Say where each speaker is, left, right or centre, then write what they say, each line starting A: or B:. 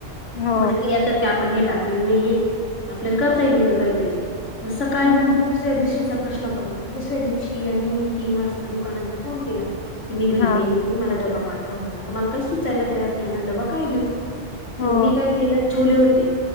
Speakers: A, on the left; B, on the left.
A: हो
B: म्हटलं यातत का आपण हे टाकलेलं नाहीये आपल्याला करता येईल उद्या काहीतरी म सकाळी
A: हम्म
B: उठून दुसऱ्या दिवशीचा प्रश्न पडला दुसऱ्या दिवशी यांनी तीन वाजता दुकानातून फोन केला की मी घरी
A: हा
B: काही येत नाही मला डबा पाठव म्हण आता मला काही सुचायला तयार मी यांना डबा काय देऊ.
A: हो
B: मग मी काय केलं छोले होते